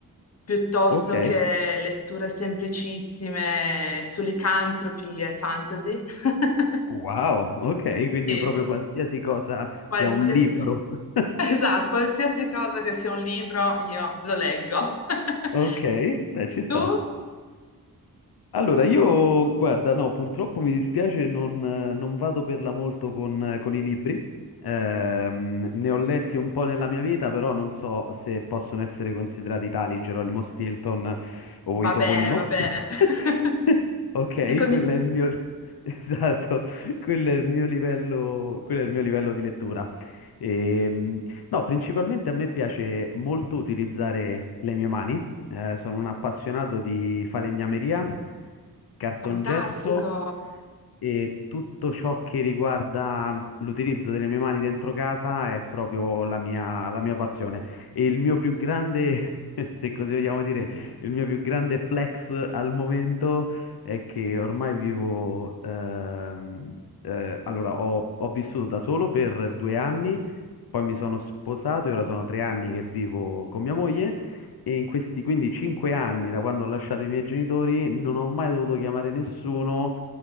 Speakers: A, on the left; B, on the left.
A: piuttosto
B: Ok,
A: che letture semplicissime su licantropi e fantasy. <laughs>
B: wow, ok, quindi
A: E
B: proprio
A: proprio
B: qualsiasi cosa
A: qualsiasi
B: sia un libro.
A: cosa.
B: <laughs>
A: Esatto, qualsiasi cosa che sia un libro, io lo leggo. <laughs>
B: Ok, beh, ci sta.
A: Tu?
B: Allora, io, guarda, no, purtroppo mi dispiace, non, eh, non vado per la molto con, eh, con i libri. Ehm, ne ho letti un po' nella mia vita, però non so se possono essere considerati tali Geronimo Stilton o
A: Va
B: i Topolino.
A: bene, va bene.
B: <laughs>
A: <laughs>
B: Ok,
A: Si comincia-
B: quello è il mio... <laughs> Esatto, quello è il mio livello, quello è il mio livello di lettura. Ehm, no, principalmente a me piace molto utilizzare le mie mani. Eh, sono un appassionato di falegnameria, cartongesso
A: Fantastico.
B: e tutto ciò che riguarda l'utilizzo delle mie mani dentro casa è proprio la mia, la mia passione. E il mio più grande, <laughs> se così vogliamo dire, il mio più grande flex al momento è che ormai vivo... ehm, eh, allora, ho, ho vissuto da solo per due anni, poi mi sono sposato e ora sono tre anni che vivo con mia moglie. E in questi quindi cinque anni, da quando ho lasciato i miei genitori, non ho mai dovuto chiamare nessuno